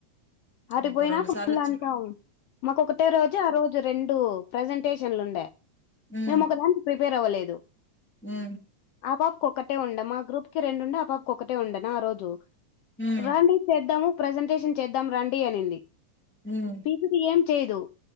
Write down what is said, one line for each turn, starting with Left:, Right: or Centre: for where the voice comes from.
Left: అటుపోయినాక
Centre: ఇంకో రెండు సార్లు
Left: పూళ్ళ
Centre: వచ్చి
Left: అంతం మాకు ఒకటే రోజు ఆ రోజు రెండు ప్రజెంటేషన్లు ఉండే
Centre: హ్మ్
Left: మేము ఒకదాం ప్రిపేర్ అవ్వలేదు
Centre: హ్మ్
Left: ఆ పప్ కు ఒకటే ఉండ మా గ్రూప్ కి రెండు ఉండే అప్ పాక్క ఒకటే ఉండేనా ఆ రోజు
Centre: హ్మ్
Left: రండి చేద్దాము ప్రజెంటేషన్ చేద్దాం రండి అనింది
Centre: హ్మ్
Left: పిపి టిఏం చేదు